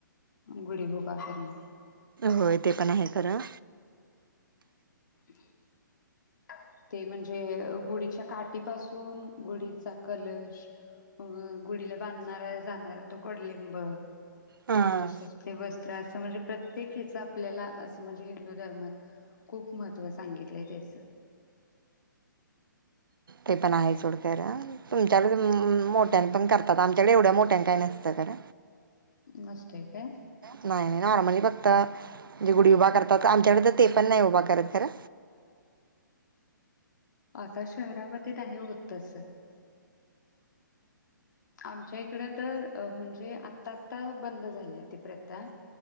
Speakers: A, on the left; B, on the right.
A: गुढी उभा करणं.
B: होय ते पण आहे खरं.
A: <inaudible> ते म्हणजे गुढीच्या काठीपासून गुढीचा कलश गुढीला बांधणारा जाणारा तो कडूलिंब
B: हां
A: तसच ते वस्त्र असं म्हणजे प्रत्येक याच आपल्याला असं म्हणजे हिंदू धर्मात खूप महत्त्व सांगितलंय त्याच.
B: ते पण आहे सोड. खरं तुमच्यात मोठ्यानी पण करतात. आमच्याकडे एवढ्या मोठ्यांन काय नसतं खर.
A: नसतय काय?
B: नाही नाही नॉर्मली फक्त जे गुडी उभा करतात. आमच्याकडे तर ते पण नाही उभा करत खरं,
A: आता शहरामध्ये नाही होत तस, आमच्या इकड तर अ म्हणजे आता आता बंद झाली ती प्रथा